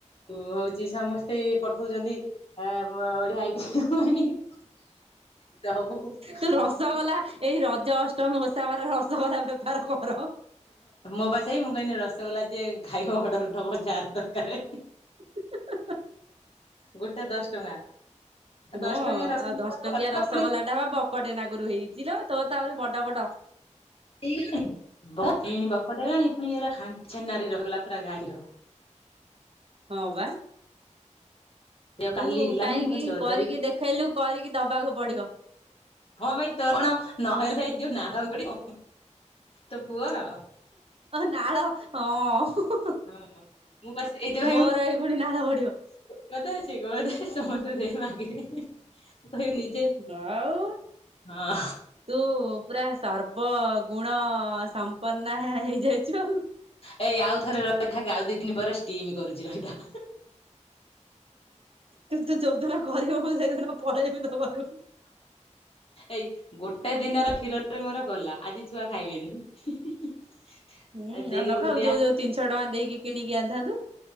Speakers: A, on the left; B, on the right.
A: ମୁଁ ହଉଛି ସମସ୍ତେ <unintelligible> ହଁ ମୁ ବଡିିଆ <unintelligible>
B: ତୁ ରସଗୋଲା ଏଇ ରଜ ଅଷ୍ଟମୀ ଓସାବାର ରସଗୋଲା ବେପାର କର।
A: ମୋ ପା ସେଇ ମୁଁ କହନି ରସଗୋଲା ଯ ଖାଇବା ଅର୍ଡର ଦବ ଯାହାର ଦରକାର।
B: <inaudible>
A: ଗୋଟେ ଦଶ ଟଙ୍କା ଦଶ
B: ହଁ
A: ଟଙ୍କିଆ ରସଗୋଲା
B: ଆଉ ଦଶ ଟକିଆ
A: ଅଧିକ
B: ରସଗୋଲା
A: ପୁଣି
B: ସେ ବା ବକଟେ ନାଗରୁ ହେଇଥିଲ ତୋ ତାହୁରି ବଡ ବଡ
A: ହେଇଗଲାଣି <unintelligible> ହେଲାଣି ପୁଣି <unintelligible> ଛେନାରେ ରହିଗଲା ପୁରା ଗାଈର।
B: ହଁ ବା।
A: ସେଇଆକୁ
B: ତୁ
A: କାଲି ହେଲାନି
B: କାହିଁକି
A: ମୁଁ ଖାଲି ଡରି
B: କରିକି
A: ଡରି
B: ଦେଖେଇଲୁ କରିକି ଦବାକୁ ପଡିବ।
A: କଣ ପାଇଁ ତୋ କଣ ନହେଲେ ଏ ଯୋଉ ନାଳ ଗୁଡିବ ତୋ ପୁଅର।
B: ନାଳ ହଁ।
A: ହଁ ମୁଁ ବା ସେଇଥିପାଇଁ
B: ମୋର
A: ମୁଁ
B: ଏଇ ଭଳି ନାଳ ପଡିବ।
A: <unintelligible>
B: ଆଉ
A: ହଁ
B: ତୁ ପୁରା ସର୍ବଗୁଣ ସମ୍ପନ୍ନ ହେଇଯାଇଚୁ।
A: ହେଇ ଏଇ ଆଉ ଥରେ ରହିଥାକ ଆଉ ଦିଇଦିନ ପରେ ଷ୍ଟିମ କରୁଛି ରହିଥା।
B: ତୁ ତ ଯୋଉଦିନ କରିବ ମୁଁ ସେଇଦିନ ପଳେଇବି ତୋ ଘରକୁ।
A: ଏଇ ଗୋଟେ ଦିନର କ୍ଷୀର <unintelligible> ମୋର ଗଲା ଆଜି ଛୁଆ ଖାଇବେନି।
B: ହୁଁ
A: ଆଜି ଦେଇ
B: ଆଉ ନଖାଉ
A: ଘରକୁ ଦିଆ
B: ଯୋଉ ଯୋଉ ତିନିଶହ ଟଙ୍କା ଦେଇକି କିଣିକି ଆଣିଥାନ୍ତୁ।